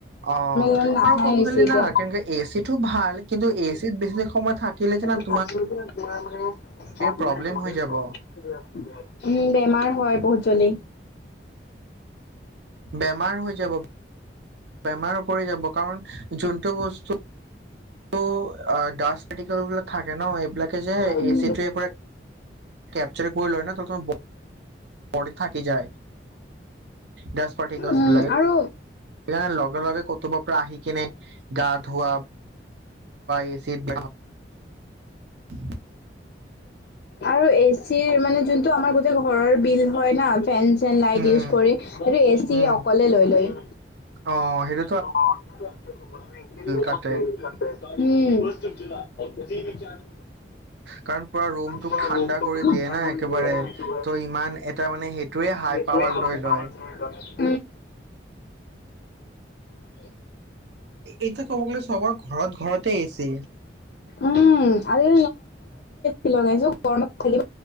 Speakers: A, on the right; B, on the left.
A: অ
B: মানে নাহাই
A: আৰু ক'ব
B: হৈছে
A: গলে
B: এতিয়া।
A: ন কে এ চি টো ভাল কিন্তু এ এছিত বেছি সময় থাকিলে যিমান
B: উ বেমাৰ
A: প্ৰব্লেম হৈ যাব
B: হয় বহুত জলি
A: বেমাৰ হৈ যাব বেমাৰ পৰি যাব কাৰণ যোনটো বস্তু <inaudible> থাকে ন এইবিলাকে যে এ
B: উম।
A: চি টোৱে পৰা কেপচাৰ কৰি লয় ন ত তম ব থাকি যায় গছ পাৰ্টিকেলছ
B: উম
A: বিলাকে।
B: আৰু
A: সেইকাৰণে লগে লগে কতুব পৰা আহি কিনে, গা ধোৱা এই চিত <inaudible>
B: আৰু এচিৰ মানে যোনটো আমাৰ গোটেই ঘৰৰ বিল হয় না, ফেন চেন লাইট
A: উম,
B: ইউজ কৰি এই এ চি
A: উম,
B: অকলে লৈ লৈ।
A: অ, সেইটো
B: উম্। <unintelligible>
A: কাটে কাৰণ পুৰা ৰুমটোক
B: ত
A: ঠাণ্ডা
B: ৰোগটো
A: কৰি
B: ঠাণ্ডা
A: দিয়ে না
B: কৰি
A: একেবাৰে
B: দিয়ে ন, সেইটো
A: ত' ইমান এটা মানে সেইটোৱে হাই পাৱাৰ
B: সেইটোৱে হয়।
A: লৈ লয়।
B: <unintelligible> <inaudible> <unintelligible>
A: এতিয়া ক'ব গ'লে চবৰ ঘৰত ঘৰতে এচি।
B: উম আজি কালি